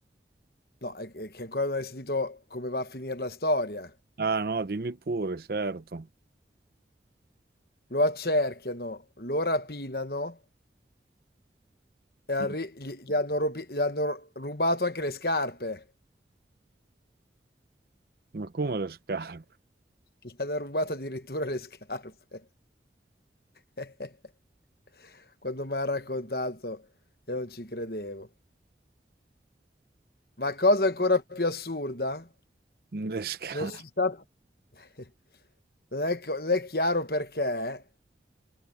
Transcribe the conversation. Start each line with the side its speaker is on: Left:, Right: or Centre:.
Left: no, è, è che ancora non hai sentito come va a finire la storia.
Right: Ah no, dimmi pure, certo.
Left: Lo accerchiano, lo rapinano e arri-
Right: Mm.
Left: gli, gli hanno rubi- gli hanno rubato anche le scarpe.
Right: Ma come le scarpe? <laughs>
Left: <laughs> Gli hanno rubato addirittura le scarpe. <laughs> Quando mi ha raccontato, io non ci credevo. Ma cosa ancora più assurda,
Right: Le scarpe.
Left: non si sa, <laughs> non è, co- non è chiaro perché,